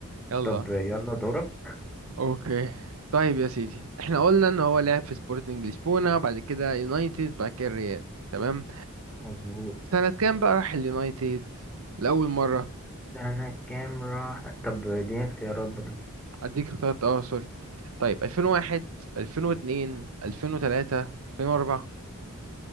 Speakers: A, on the right; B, in the centre.
A: يلا
B: طب يلا دورك
A: اوكي طيب يا سيدي احنا قلنا ان هو لعب في سبورتنج لشبونه بعد كده يونايتد بعد كده الريال تمام
B: مظبوط
A: سنة كام بقى راح اليونايتد لأول مرة
B: سنة كام راح طب اديني اختيارات برضه
A: اديك اختيارات اه سوري طيب 2001 2002 2003 2004